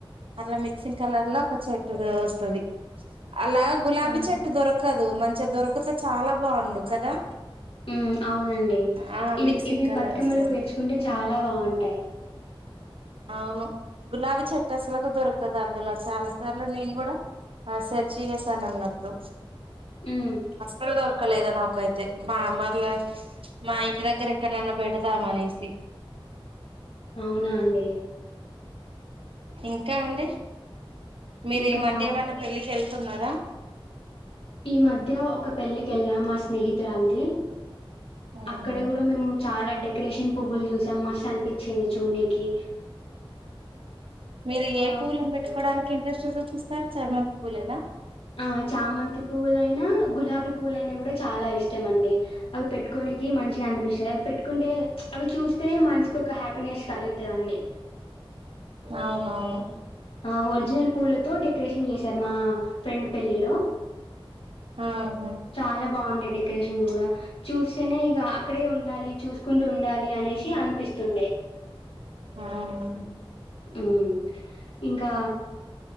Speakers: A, on the right (about 70°); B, on the left (about 80°).
A: అట్లా మిక్సింగ్ కలర్ లో ఒక చెట్టు వస్తుంది అలా గులాబీ
B: అవును
A: చెట్టు దొరకద్ దు మంచిగా దొరికితే చాలా బాగుండు కదా
B: ఉం అవునండి
A: ఆ
B: ఇవి
A: మిక్సింగ్
B: ఇవి
A: కలర్స్
B: బతుకమ్మలు
A: లో
B: పేర్చుకుంటే చాలా బాగుంటాయి
A: అవును గులాబీ చెట్ అసలకు దొరకదు అందులో చాలా సార్లు నేను కూడా ఆ సెర్చ్ చేసాను అన్నట్టు
B: ఉమ్
A: అస్సల్ దొర్ అక్క లేద నాకైతే మా అమ్మ అట్లా మా ఇంటి దగ్గర ఎక్కడన్నా పెడదాము అనేసి,
B: అవునా అండి
A: ఇంకా అండి మీరు
B: ఇంకా
A: ఈ మధ్య ఏమన్నాపెళ్ళి కి వేళ్ళు తున్నారా
B: ఈ మధ్య ఒక పెళ్ళికెళ్లాము మా స్నేహితురాలది
A: ఆహా
B: అక్కడ కూడా మేము చాలా డెక్ క్రేషన్ పువ్వులు చూసాం మస్తు అనిపించింది చూనకి
A: మీరు
B: ఆ
A: ఏ పువ్వులను పెట్టుకోవడానికి ఇంట్రెస్ట్ చూపిస్త కర్ చామంతి పూలేనా,
B: ఆ చామంతి పూవలయినా గులాబీ పువ్వులు అయినా కూడా చాలా ఇష్టం అండి. అవి పెట్టుకోనికి మంచిగా అనిపిస్తాయి పెట్టుకుంటే, అవి చూస్తేనే మనసుకు ఒక హ్యాపీనెస్ కలుగుతదండి,
A: అవునవును
B: ఆ ఒరిజినల్ పూలతో డెకరేషన్ చేసి శర్మ ఫ్రెండ్ పెళ్ళిలో
A: ఆహా
B: చాలా బాగుండే డెకరేషన్ కూడా చూస్తేనే ఇక అక్కడే ఉండాలి, చూసుకుంటూ ఉండాలి అనేశి అనిపిస్తుండే,
A: ఆవున
B: ఊ ఇంకా,